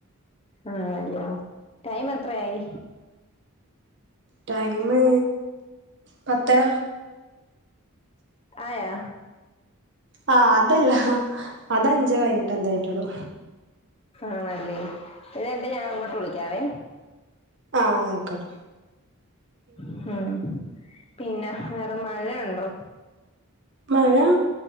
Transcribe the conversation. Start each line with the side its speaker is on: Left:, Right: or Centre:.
Left: ആണല്ലേ. ടൈം എത്ര ആയി?
Right: ടൈമ് പത്തര
Left: ആയോ
Right: ആ അതല്ല അത് അഞ്ചു മിനിറ്റ് എന്തോ ആയിട്ടൊള്ളൂ.
Left: ആണല്ലേ. അത് കഴിഞ്ഞിട്ട് ഞാൻ അങ്ങട്ട് വിളിക്കാവേ.
Right: ആ അയ്ക്കോട്ടെ
Left: ഉം പിന്നെ വേറെ മഴയുണ്ടോ?
Right: മഴ